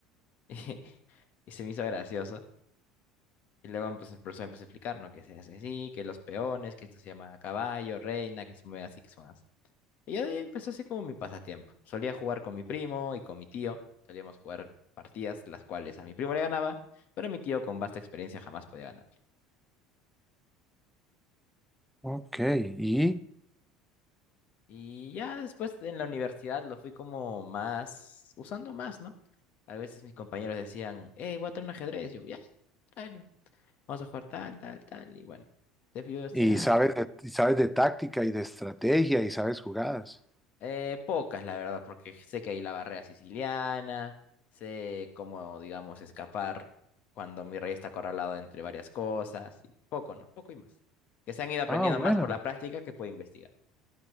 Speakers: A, on the left; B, in the centre.
A: <laughs> y se me hizo gracioso. Y luego pues, el profesor empezó a explicar, ¿no? Que se hace así, que los peones, que esto se llama caballo, reina, que se mueve así, que se mueve así. Y ya de ahí empezó así como mi pasatiempo. Solía jugar con mi primo y con mi tío. Solíamos jugar partidas, las cuales a mi primo le ganaba, pero mi tío con vasta experiencia jamás podía ganar.
B: Ok, y,
A: Y ya después en la universidad lo fui como más, usando más, ¿no? A veces mis compañeros decían, hey, voy a traer un ajedrez. Yo, ya, tráelo. Vamos a jugar tal, tal, tal. Y bueno, entonces yo decía,
B: y sabes,
A: "Ah,
B: de- y sabes de táctica y de estrategia y sabes jugadas.
A: Eh, pocas, la verdad, porque sé que hay la barrera siciliana, sé cómo, digamos, escapar cuando mi rey está acorralado entre varias cosas, y poco, ¿no? Poco y más. Que se han ido aprendiendo
B: Ah, bueno.
A: más por la práctica que puede investigar.